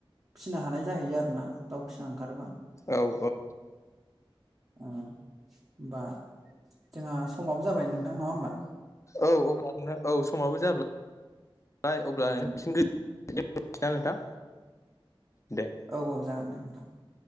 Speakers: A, on the right; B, on the left.
A: फिसिनो हानाय जाहैयो आरोना दाउ फिसा ओंखारबा।
B: औ औ
A: होमबा जोंहा समाबो जाबाय नोंथां नङा होमबा?
B: औ अब्ला नों औ समाबो जाबाय अब्ला
A: औ
B: नों गो <unintelligible> नोंथां दे
A: औ औ जागोन दे नोंथां